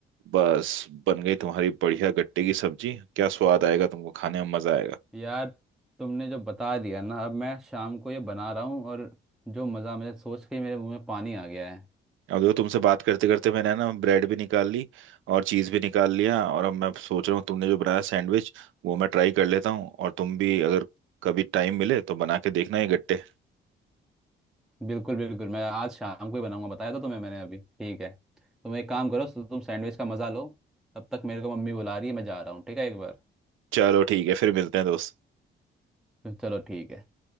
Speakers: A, on the right; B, in the centre.
A: बस बन गई तुम्हारी बढ़िया गट्टे की सब्जी क्या स्वाद आएगा तुमको खाने में मजा आएगा
B: यार तुमने जो बता दिया ना अब मैं शाम को ये बना रहा हूँ और जो मज़ा मुझे सोच के ही मेरे मुंह में पानी आ गया है
A: अब देखो तुमसे बात करते करते मैंने ना ब्रेड भी निकाल ली और चीज भी निकाल लिया और अब मैं सोच रहा हूँ तुमने जो बनाया सैंडविच वो मैं ट्राई कर लेता हूँ और तुम भी अगर कभी टाइम मिले तो बना के देखना ये गट्टे
B: बिल्कुल बिल्कुल मैं आज शाम को ही बनाऊंगा बताया तो तुम्हें मैंने अभी ठीक है तुम एक काम करो तुम सैंडविच का मज़ा लो तब तक मेरे को मम्मी बुला रही है मैं जा रहा हूँ ठीक है एक बार
A: चलो ठीक है फिर मिलते हैं दोस्त
B: चलो ठीक है